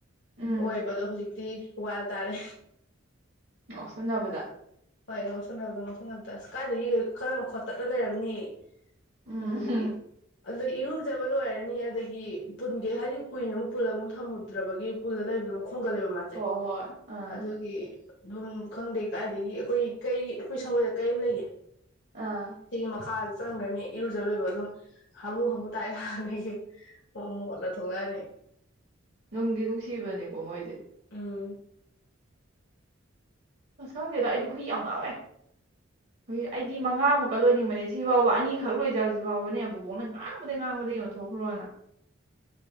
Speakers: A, on the right; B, on the left.
A: ꯎꯝ
B: ꯑꯣꯏꯌꯦꯕꯥ ꯑꯗꯣ ꯍꯧꯖꯤꯛ ꯇꯤ ꯋꯥꯏꯜ ꯇꯥꯔꯦ
A: ꯉꯥꯎꯁꯟꯅꯕꯗꯥ
B: ꯑꯗꯣ ꯍꯣꯏ ꯉꯥꯎꯁꯟꯅꯕꯗ ꯉꯥꯎꯁꯟꯅꯗ ꯑꯁ ꯀꯥꯏꯗꯒꯤ ꯈꯔ ꯈꯣꯠꯇꯠꯅ ꯂꯩꯔꯝꯅꯤ
A: ꯎꯝ
B: ꯑꯗꯨꯒꯤ ꯑꯗꯨ ꯏꯔꯨ ꯐꯖꯕꯅ ꯂꯣꯏꯔꯅꯤ ꯑꯗꯒꯤ ꯄꯨꯟꯒꯦ ꯍꯥꯏꯗꯤ ꯀꯨꯏꯅ ꯑꯃꯨꯛ ꯄꯨꯜꯂ ꯑꯃꯨꯛ ꯊꯝꯃꯨꯗ꯭ꯔꯕꯒꯤ ꯄꯨꯜꯂ ꯂꯩꯕꯗꯨ ꯍꯣꯡꯒꯠꯂꯦꯕ ꯃꯥꯁꯦ
A: ꯍꯣꯏ ꯍꯣꯏ ꯑꯥ
B: ꯑꯗꯨꯒꯤ ꯑꯗꯨꯝ ꯈꯪꯗꯦ ꯀꯥꯏꯗꯒꯤ ꯑꯩꯈꯣꯏ ꯀꯩ ꯑꯩꯈꯣꯏ ꯁꯪꯒꯣꯏꯗ ꯀꯩ ꯑꯃ ꯂꯩꯌꯦ
A: ꯑꯥ
B: ꯁꯤꯒꯤ ꯃꯈꯥ ꯆꯪꯒꯅꯤ ꯏꯔꯨꯖꯂꯣꯏꯕ ꯑꯗꯨꯝ ꯍꯥꯃꯨ ꯍꯥꯃꯨ ꯇꯥꯏ ꯍꯤꯏꯌꯦ ꯑꯣ ꯃꯣꯠꯂ ꯊꯣꯛꯂꯛꯑꯅꯤ
A: ꯅꯨꯡꯗꯤ ꯅꯨꯡꯁꯤꯕꯅꯦꯀꯣ ꯃꯣꯏꯁꯦ
B: ꯎꯝ
A: ꯑꯁ ꯈꯪꯗꯦꯗ ꯑꯩꯗꯤ ꯍꯨꯏ ꯌꯥꯝ ꯉꯥꯎꯋꯦ ꯍꯨꯏ ꯑꯩꯗꯤ ꯃꯉꯥꯃꯨꯛꯀ ꯂꯣꯏꯅꯤꯡꯕꯅꯦ ꯁꯤ ꯐꯥꯎꯕ ꯑꯅꯤꯈꯛ ꯂꯣꯏꯖꯕꯁꯤ ꯐꯥꯎꯕꯅꯦ ꯕꯨꯕꯣꯛꯅ ꯉꯥꯡꯕꯗ ꯉꯥꯡꯕꯗꯒꯤ ꯌꯣꯟꯊꯣꯛꯈ꯭ꯔꯣꯅ